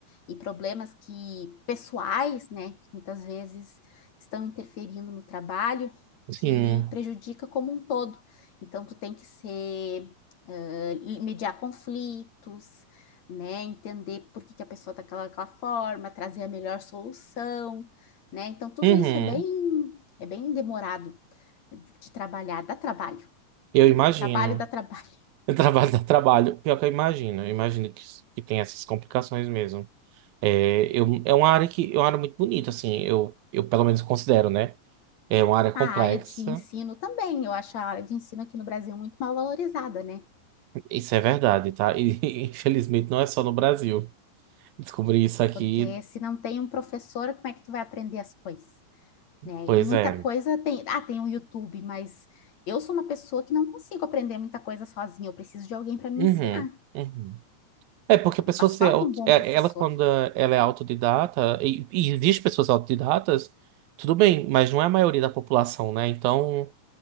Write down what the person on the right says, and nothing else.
sim,
uhum.
Eu
imagino.
<laughs>
O Trabalho dá trabalho. Pior que eu imagino. Eu imagino que, que tem essas complicações mesmo. É, eu, é uma área que é uma área muito bonita, assim. Eu, eu pelo menos considero, né? É uma área complexa.
Isso é verdade, tá? E <laughs> infelizmente não é só no Brasil. Descobri isso aqui.
Pois
é.
Uhum,
uhum. É porque a pessoa
se
auto,
é-
ela quando ela é autodidata, e, e existe pessoas autodidatas, tudo bem, mas não é a maioria da população, né? Então,